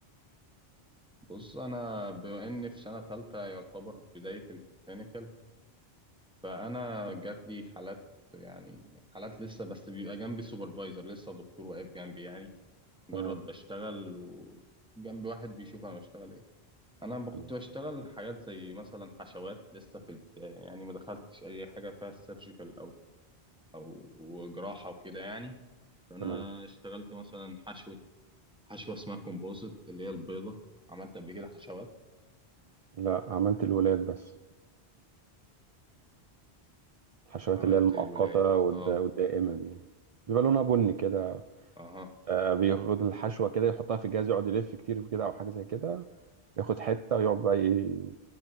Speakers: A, in the centre; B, on the right.
A: بص انا بما اني في سنه ثالثه يعتبر بدايه الكلينيكال فانا جات لي حالات يعني حالات لسه بس بيبقى جنبي سوبرفايزر لسه دكتور واقف جنبي يعني مجرد
B: تمام
A: بشتغل وجنبي واحد بيشوف انا بشتغل ايه انا ب- كنت
B: تمام
A: بشتغل حاجات زي مثلا حشوات لسه في البدايه يعني ما دخلتش اي حاجه فيها سيرجيكال او او جراحه وكده يعني فانا
B: تمام.
A: اشتغلت مثلا حشوه حشوه اسمها كومبوزيت اللي هي البيضه عملت قبل كده حشوات
B: لا عملت الولاد بس الحشوات
A: عملت
B: اللي هي المؤقتة
A: الولاد
B: والد-
A: اه
B: والدائمة دي بيبقى لونها بني كده
A: اها
B: آه، بياخد الحشوة كده يحطها في الجهاز يقعد يلف كتير كده أو حاجة زي كده ياخد حتة ويقعد بقى ي-